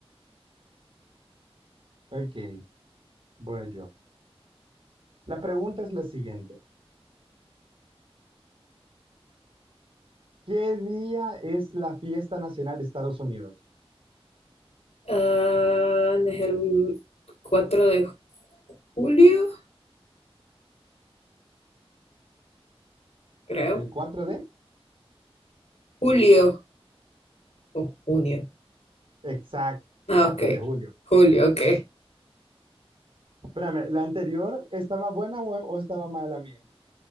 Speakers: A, on the right; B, on the left.
A: Ok, voy yo. La pregunta es la siguiente. ¿Qué día es la fiesta nacional de Estados Unidos?
B: Ah, ¿no es el cuatro de julio, creo.
A: ¿El 4 de?
B: Julio o junio.
A: Exacto,
B: Ah,
A: 4
B: ok.
A: de julio.
B: Julio, ok.
A: Espérame, ¿la anterior estaba buena o, o estaba mala mía?